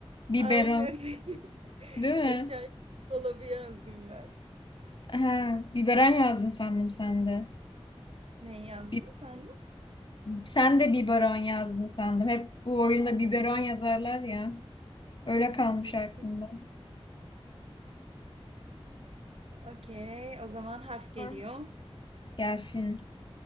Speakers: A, on the left; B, on the right.
A: Biberon,
B: Aynen. <laughs>
A: değil mi?
B: Eşya dolabı yazdım ben.
A: Ha, biberon yazdın sandım sen de.
B: Ne yazdım
A: Bi-
B: sandın?
A: sen de biberon yazdın sandım. Hep bu
B: Ha.
A: oyunda biberon yazarlar ya.
B: ha.
A: Öyle kalmış
B: Yok
A: aklımda.
B: yok. Okey. O zaman harf geliyor.
A: Var. Gelsin.